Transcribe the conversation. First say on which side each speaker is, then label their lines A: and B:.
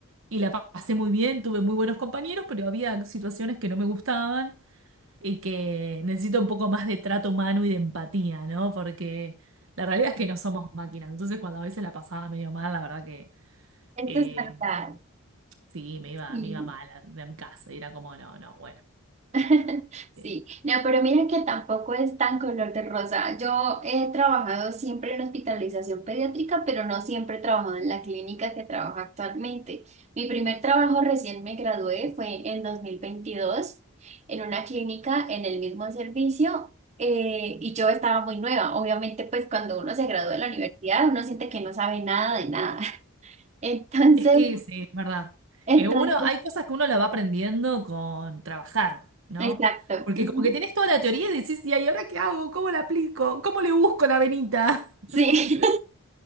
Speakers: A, on the right; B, on the right.
A: y la pa- pasé muy bien, tuve muy buenos compañeros, pero había situaciones que no me gustaban y que necesito un poco más de trato humano y de empatía, ¿no? Porque la realidad es que no somos máquinas, entonces cuando a veces la pasaba medio mal, la verdad que
B: Esto
A: eh,
B: es verdad,
A: sí, me iba,
B: sí.
A: me iba mal a, a mi casa y era como, no, no, bueno.
B: <laughs> Sí,
A: eh,
B: no, pero mira que tampoco es tan color de rosa. Yo he trabajado siempre en hospitalización pediátrica, pero no siempre he trabajado en la clínica que trabajo actualmente. Mi primer trabajo recién me gradué fue en dos mil veintidós en una clínica en el mismo servicio eh, y yo estaba muy nueva. Obviamente, pues cuando uno se gradúa de la universidad, uno siente que no sabe nada de nada. <laughs> Entonces,
A: Es que sí, es verdad.
B: entonces,
A: Eh, uno, hay cosas que uno la va aprendiendo con trabajar, ¿no?
B: exacto.
A: Porque
B: Ujú.
A: como que tenés toda la teoría y decís, "Ya, ¿y ahí ahora qué hago? ¿Cómo la aplico? ¿Cómo le busco la venita? <laughs>
B: Sí,
A: ¿Entendés?
B: <laughs>